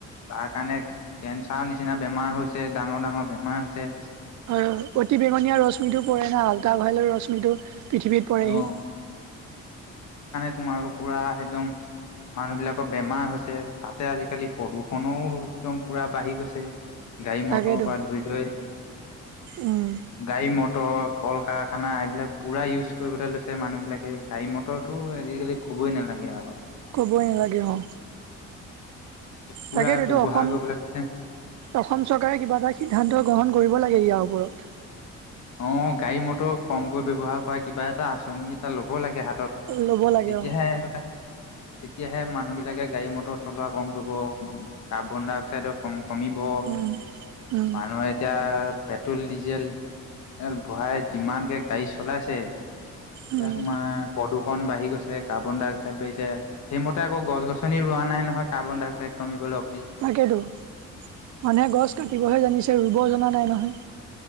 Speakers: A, on the left; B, on the right.
A: তাৰ কাৰণে কেন্ঞ্চাৰ নিচিনা বেমাৰ হৈছে ডাঙৰ ডাঙৰ বেমাৰ হৈছে।
B: হয় অতি বেঙনীয়া ৰশ্মিটো পৰে না ভাল। তাল হললেও ৰশ্মিটো পৃথিৱীত পৰেহি।
A: অ তোমাৰো পুৰা একদম। মানুহ বিলাকৰ বেমাৰ হৈছে তাতে আজিকালি প্ৰদূষণও একদম পুৰা বাঢ়ি গৈছে। গাড়ী
B: তাকেতো
A: মটৰৰ পৰা ধৰি লৈ
B: উম,
A: গাড়ী মটৰ কল কাৰ- খানা এইবিলাক পুৰা ইউজ কৰিবলৈ লৈছে মানুহবিলাকে গাড়ী মটৰটো আজিকালি ক'বই নালাগে আও।
B: কবৈই নালাগে অ।
A: পুৰা
B: তাকেটোতো
A: ব্যৱহাৰ
B: অসম
A: কৰিবলৈ লৈছে
B: অসম চৰকাৰে কিবা এটা সিদ্ধান্ত গ্ৰহণ কৰিব লাগে ইয়াৰ ওপৰত।
A: অ গাড়ী মটৰ কম কৈ ব্যৱহাৰ কৰা কিবা এটা আঁচনি এটা ল'ব লাগে হাত। তত
B: ল'ব লাগে
A: তেতিয়াহে
B: অ
A: এইবিলাক। তেতিয়াহে মানুহ বিলাকে গাড়ী মটৰ চলোৱা কম কৰিব কাৰ্বন ডাই অক্সাইডো কম- কমিব,
B: উম উম
A: মানুহে এতিয়া পেট্ৰল ডিজেল। এল ভৰাই যিমানকে গাড়ী চলাইছে
B: উম
A: এয়া তোমাৰ প্ৰদূষ- ন বাঢ়ি গৈছে কাৰ্বন ডাই অক্সাইড বাঢ়িছে সিম মতে আকৌ গছ গছনি ৰোৱা নাই নহয় কাৰ্বন ডাই অক্সাইড কমিবলে।
B: তাকেতো, মানুহে গছ কাটিবহে জানিছে ৰুব জনা নাই নহয়।